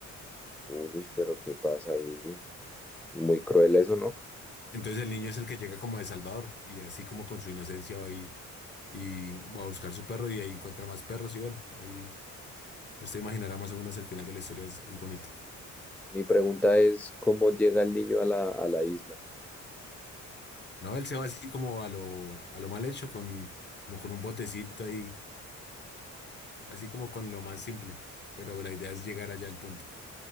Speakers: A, in the centre; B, on the left.
A: Uy, pero ¿qué pasa ahí? Muy cruel eso, ¿no?
B: Entonces el niño es el que llega como de Salvador y así como con su inocencia va y, y va a buscar su perro y ahí encuentra más perros y bueno, ahí usted imaginará más o menos el final de la historia es, es bonito.
A: Mi pregunta es, ¿cómo llega el niño a la, a la isla?
B: No, él se va así como a lo, a lo mal hecho con, como con un botecito ahí Así como con lo más simple, pero la idea es llegar allá al punto.